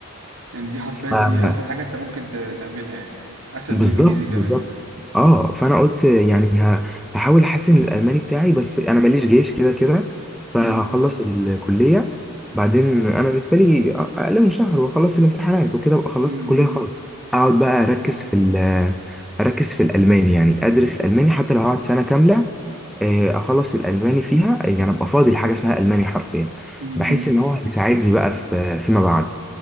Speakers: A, on the right; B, in the centre.
A: يعني دي حرفيا
B: ف-
A: دي اسهل حاجة انت ممكن ت- تعملها يعني اسهل
B: بالظبط
A: من الانجليزي كمان
B: بالظبط اه فأنا قلت يعني ه- هحاول أحسن الألماني بتاعي بس أنا ماليش جيش كده كده فهخلص
A: امم
B: الكلية بعدين أنا لسه لي أقل من شهر وأخلص الامتحانات وكده وأبقى خلصت
A: امم
B: الكلية خلاص أقعد بقى أركز
A: امم
B: في ال أركز في الألماني يعني أدرس ألماني حتى لو هقعد سنة كاملة آه، اخلص الالماني فيها يعني ابقى فاضي لحاجه اسمها الماني حرفيا
A: امم
B: بحس ان هو هيساعدني بقى في فيما بعد